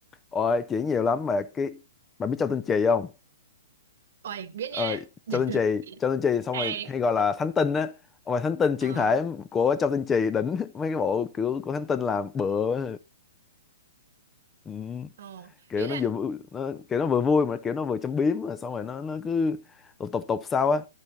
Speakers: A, on the left; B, on the right.
A: Ôi, chuyện nhiều lắm mà cái bạn biết Châu Tinh Trì không?
B: Ôi biết
A: Ờ,
B: nha <laughs>
A: Châu Tinh Trì, Châu Tinh Trì xong
B: hay
A: rồi hay gọi là Thánh Tinh á. Mà Thánh Tinh chuyển
B: ờ
A: thể của Châu Tinh Trì đỉnh <laughs> mấy cái bộ kiểu của Thánh Tinh làm bựa ừ,
B: ờ
A: kiểu
B: ý
A: nó
B: là
A: vừa vui- nó kiểu nó vừa vui mà kiểu nó vừa châm biếm rồi xong rồi nó nó cứ tục tục tục sao á.